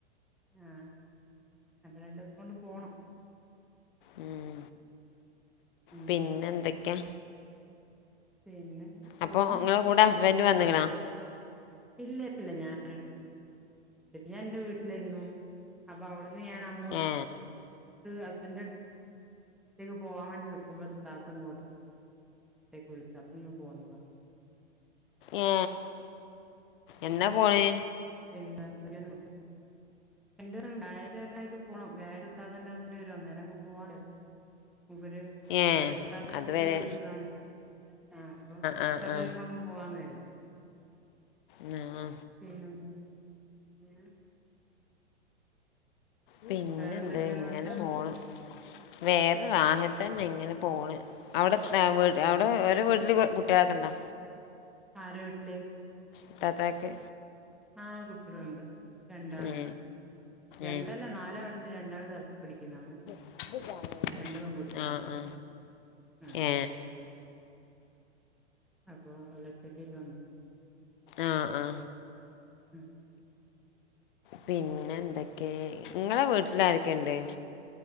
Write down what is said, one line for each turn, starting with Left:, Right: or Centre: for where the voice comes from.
Centre: ആ. അപ്പൊ രണ്ടുദിവസം കൊണ്ട് പോണം.
Left: ഉം.
Centre: ഉം
Left: പിന്നെ എന്തൊക്കെയാ?
Centre: പിന്നെ?
Left: അപ്പൊ
Centre: പോകുന്നു
Left: നിങ്ങളെ കൂടെ ഹസ്ബൻഡ് വന്ക് ണോ?
Centre: ഇല്ല ഇപ്പ ഇല്ല ഞാൻ പിന്നെ ഞാൻ എന്റെ വീട്ടിലായിരുന്നു. അപ്പംഅവിടുന്ന് ഞാൻ അങ്ങോട്ട്
Left: ഏ
Centre: ഹസ്ബന്റിന്റെഅടുത്തേക്ക് പോവാൻ വേണ്ടി നിൽക്കു മ്പോഴാണ് താത്ത ഇങ്ങട്ട് വിളിച്ചു അപ്പം ഇങ്ങ് പോന്നതാ.
Left: ഏ എന്നാ പോണേ?
Centre: <unintelligible> <unintelligible> ഇവര്
Left: ഏ
Centre: എവിടത്തെ ഇത്താത്തഒറ്റക്കായിട്ട്
Left: അതുവരെ
Centre: വിളിച്ചതാണ്. ആ ഇപ്പം
Left: ആ ആ
Centre: ഇത്താത്തവരുമ്പോ അങ്ങ് പോവാന്ന് കരുതി.
Left: ങ്ങാ
Centre: പിന്നെ <unintelligible> <unintelligible>
Left: പിന്നെന്ത്
Centre: വേറെന്തൊക്കെയാണ്
Left: ഇങ്ങനെ
Centre: വർത്താനം?
Left: പോണ് വേറെ റാഹത്ത് തന്നെ ഇങ്ങനെ പോണ് അവിടെ
Centre: ഉം
Left: അവിടെ ഓരെടെ വീട്ടില് ട്ടികളെക്കെ ഉണ്ടോ?
Centre: ആരെ വീട്ടില്?
Left: ഇത്താത്തായ്ക്ക്.
Centre: ആ കുട്ടികള് ണ്ട്. രണ്ടാളുണ്ട്.
Left: ഏ
Centre: രണ്ടല്ല
Left: ഏ
Centre: നാലാളുണ്ട് രണ്ടാള് ദറസ്സിൽ പഠിക്കുന്നതാണ്.
Left: <unintelligible>
Centre: രണ്ടുപെൺകുട്ടികളാണ്
Left: ആ
Centre: ചെറുത്.
Left: ആ
Centre: ആഹ്
Left: ഏ
Centre: അപ്പൊ അവള് ഒറ്റക്കായിട്ട് വന്നത്.
Left: ആ ആ
Centre: ഉം
Left: പിന്നെ എന്തൊക്കെ ങ്ങളെ വീട്ടില് ആരൊക്കെണ്ട്?